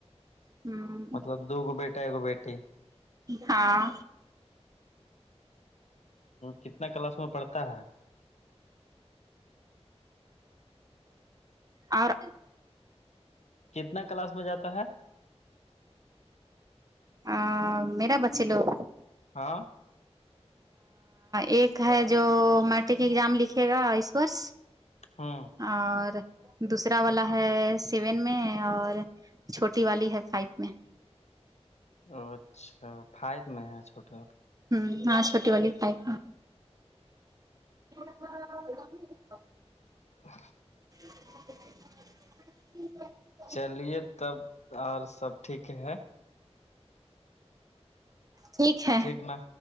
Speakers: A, on the right (about 35°); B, on the left (about 85°).
A: ہوں
B: مطلب دو گو بیٹا ایکگو بیٹی
A: ہاں
B: کتنا کلاس میں پڑھتا ہے
A: اور
B: کتنا کلاس میں جاتا ہے
A: ا میرا بچے لوگ
B: ہاں
A: ایک ہے جو میٹرک ایگزام لکھے گا اسپورس
B: ہاں
A: اور دوسرا والا ہے سیون میں اور چھوٹی والی ہے فائو میں
B: او اچھا فائد میں ہے چھوٹے
A: ہوں آاں چوٹی واللیت آتا ہاں ب
B: <inaudible> ک
A: جٹ
B: چلیے تب اور سب ٹھیک ہے
A: ٹھیک ہے
B: ٹیکنا